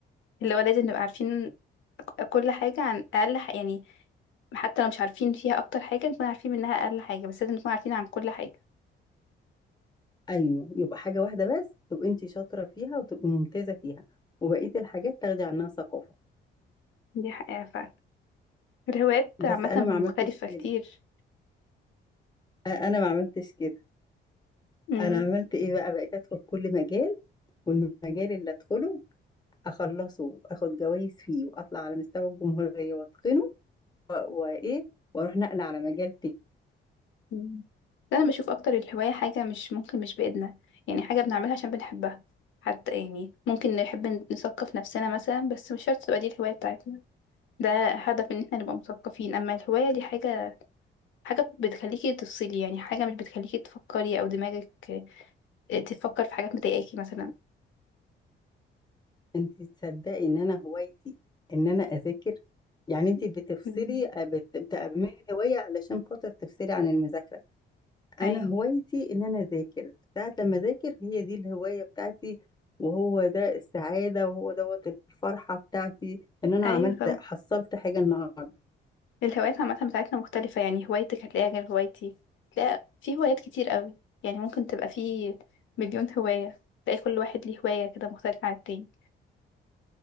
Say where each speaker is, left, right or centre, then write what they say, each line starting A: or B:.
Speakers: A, on the left; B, on the left.
A: اللي هو لازم نبقى عارفين كل حاجة عن أقل ح- يعني حتى لو مش عارفين فيها أكتر حاجة نكون عارفين منها أقل حاجة بس لازم نكون عارفين عن كل حاجة
B: ايوه يبقى حاجه واحده بس تبقى انت شاطره فيها وتبقى ممتازه فيها وبقيه الحاجات تاخدي عنها ثقافه
A: دي حقيقة فعلا الهوايات عامة
B: بس انا
A: مختلفة
B: ما عملتش
A: كتير
B: كده أ- انا ما عملتش كده
A: مم.
B: انا عملت ايه بقى بقيت ادخل كل مجال والمجال اللي ادخله اخلصه واخد جوائز فيه واطلع على مستوى الجمهورية واتقنه و- وايه واروح نقل على مجال تاني
A: مم. ده انا بشوف اكتر الهواية حاجة مش ممكن مش بإيدنا يعني حاجة بنعملها عشان بنحبها حتى يعني ممكن نحب نثقف نفسنا مثلا بس مش شرط تبقى دي الهواية بتاعتنا ده هدف ان احنا نبقى مثقفين اما الهواية دي حاجة حاجة بتخليكي تفصلي يعني حاجة مش بتخليكي تفكري او دماغك آه، تفكر في حاجات مضايقاكي مثلا
B: انت تصدقي ان انا هوايتي ان انا اذاكر يعني انت بتفصلي
A: مم.
B: بت- بتعملي هواية علشان خاطر تفصلي عن المذاكرة انا
A: ايوه
B: هوايتي ان انا اذاكر ساعة لما اذاكر هي دي الهواية بتاعتي وهو ده السعادة وهو دوت الفرحة بتاعتي ان انا
A: ايوه
B: عملت
A: طبعا
B: حصلت حاجة النهاردة
A: الهوايات عامة بتاعتنا مختلفة يعني هوايتك هتلاقيها غير هوايتي تلاقي في هوايات كتير قوي يعني ممكن تبقى في مليون هواية تلاقي كل واحد ليه هواية كده مختلفة عن التاني